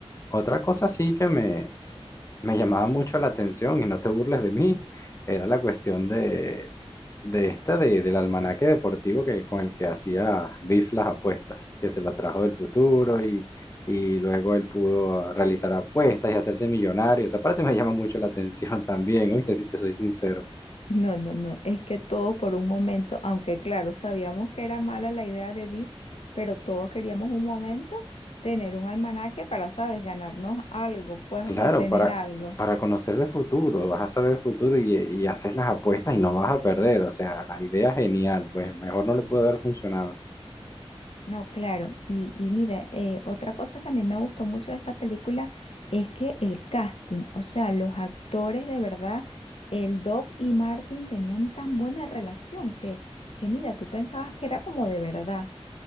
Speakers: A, on the left; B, on the left.
A: Otra cosa sí que me, me llamaba mucho la atención, y no te burles de mí, era la cuestión de, de esta de, del almanaque deportivo que, con el que hacía Biff las apuestas, que se la trajo del futuro y, y luego él pudo ah, realizar apuestas y hacerse millonario. Esa parte me <laughs> llama mucho la atención también, ¿oíste? Si te soy sincero.
B: No, no, no, es que todo por un momento, aunque claro, sabíamos que era mala la idea de Biff, pero todos queríamos un momento tener un almanaque para, sabes, ganarnos algo, pues,
A: Claro,
B: o sea, tener
A: para,
B: algo.
A: para conocer el futuro, vas a saber el futuro y, y haces las apuestas y no vas a perder. O sea, la idea es genial, pues mejor no le pudo haber funcionado.
B: No, claro, y, y mira, eh, otra cosa que a mí me gustó mucho de esta película es que el casting, o sea, los actores de verdad, el Doc y Martin tenían tan buena relación que, que mira, tú pensabas que era como de verdad.